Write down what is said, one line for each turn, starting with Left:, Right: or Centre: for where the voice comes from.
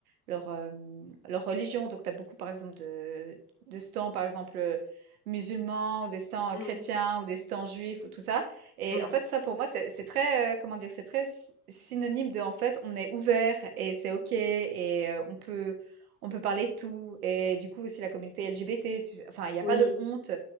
Right: leur, hem, leur religion. Donc tu as beaucoup, par exemple, de de stands, par exemple, heu, musulmans ou des stands
Left: Mm,
Right: euh, chrétiens ou des stands juifs ou tout ça. Et
Left: mm.
Right: en fait, ça, pour moi, c'est c'est très, heu, comment dire? C'est très s synonyme de, en fait, on est ouvert et c'est OK et heu, on peut on peut parler de tout et du coup aussi la communauté LGBT, tu sais enfin il y
Left: Oui.
Right: a pas de honte.